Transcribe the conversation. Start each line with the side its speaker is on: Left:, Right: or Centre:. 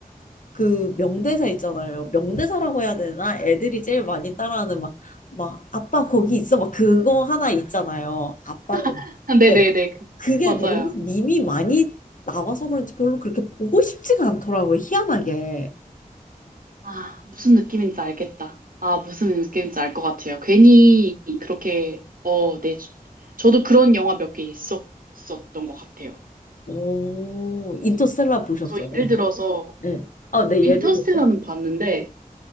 Left: 그 명대사 있잖아요. 명대사라고 해야 되나? 애들이 제일 많이 따라하는 막, 막, 아빠 거기 있어. 막 그거 하나 있잖아요. 아빠.
Right: <laughs> 네네네.
Left: 네. 그게
Right: 맞아요.
Left: 너무 밈이 많이 나와서 그런지 별로 그렇게 보고 싶지가 않더라고요. 희한하게.
Right: 아, 무슨 느낌인지 알겠다. 아, 무슨 느낌인지 알 것 같아요. 괜히 그렇게, 어, 네. 저- 저도 그런 영화 몇 개 있었던 것 같아요.
Left: 오, 인터스텔라 보셨어요?
Right: 저
Left: 근데?
Right: 예를 들어서,
Left: 네. 아, 네,
Right: 인터스텔라는
Left: 예를 들어서.
Right: 봤는데,